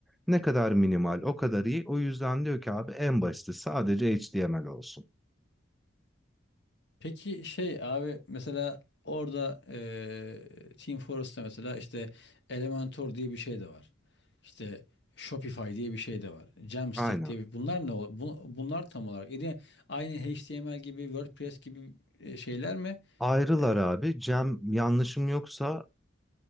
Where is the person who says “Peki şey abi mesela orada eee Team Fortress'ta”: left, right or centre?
Left